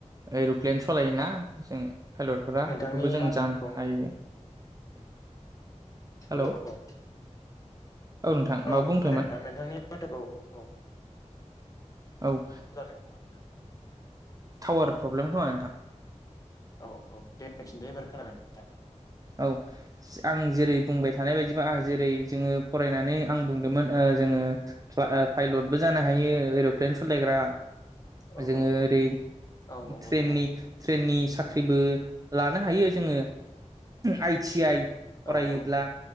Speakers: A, on the right; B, on the left.
A: एर'प्लेन सलायोना जोंङो फाइलतफोरा
B: नोंथांनि
A: बेखौबो जों
B: बाथ्राखौ
A: जानो
B: औ
A: हायो। हेलौ
B: अ अ
A: नोंथां माबा
B: औ
A: बुंदोंमोन
B: खोनादों नोंथां नोंथांनि माथोखौ औ
A: औ
B: जादों खोमा नोंथां
A: टावार प्रब्लेम खोमा नोंथां
B: औ औ देफिनदै एबार खोनाबाय नोंथां
A: औ आं जेरै बुंबाय थानाय बायदिबा ओ
B: औ
A: जेरै जोंङो फरायनानै आं बुंदोंमोन ओ जोंङो फा-पाइलदबो जानो
B: औ
A: हायो एर' प्लेन सलायग्रा।
B: औ
A: जोंङो
B: औ
A: ओरै
B: औ नंगौ
A: ट्रेननि
B: नोंथां
A: ट्रेननि साख्रिबो लानो हायो जोंङो आइ टि आइ फरायोब्ला
B: औ औ